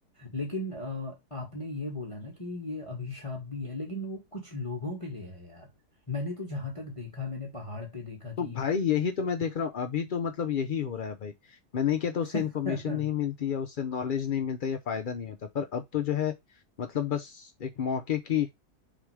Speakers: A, on the left; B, on the left.
A: लेकिन अ, आपने ये बोला ना कि ये अभिशाप भी है लेकिन वो कुछ लोगों के लिए है यार मैंने तो जहाँ तक देखा मैंने पहाड़ पे देखा कि
B: तो भाई यही तो मैं देख रहा हूँ अभी तो मतलब यही हो रहा है भाई मैं नहीं कहता
A: <laughs>
B: उससे इन्फॉर्मेशन नहीं मिलती या उससे नॉलेज नहीं मिलता या फायदा नहीं होता पर अब तो जो है मतलब बस एक मौके की